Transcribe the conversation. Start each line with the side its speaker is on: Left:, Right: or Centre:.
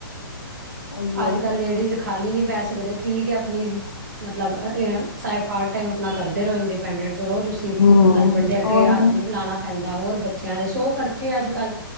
Left: ਉਹੀਓ
Right: ਅੱਜ ਕੱਲ ਲੇਡੀਜ਼ ਖਾਲੀ ਨੀ ਬਹਿ ਸਕਦੇ ਠੀਕ ਹੈ ਆਪਣੀ ਮਤਲਬ ਏ ਇਹ ਸਾਹਿਬ ਪਾਰਟ ਟਾਈਮ ਆਪਣਾ ਕਰਦੇ ਰਹੋ ਇੰਡੀਪੈਂਡੈਂਟ ਰੋ ਤੁਸੀਂ
Left: ਹੂੰ
Right: ਹਸਬੈਂਡ ਦੇ ਅੱਗੇ
Left: ਉਹੀ
Right: ਹੱਥ ਨੀ ਫੈਲਾਉਣਾ ਪੈਂਦਾ ਹੋਰ ਬ ਚਿਆ ਦੇ ਸੌ ਖਰਚੇ ਅੱਜ ਕੱਲ੍ਹ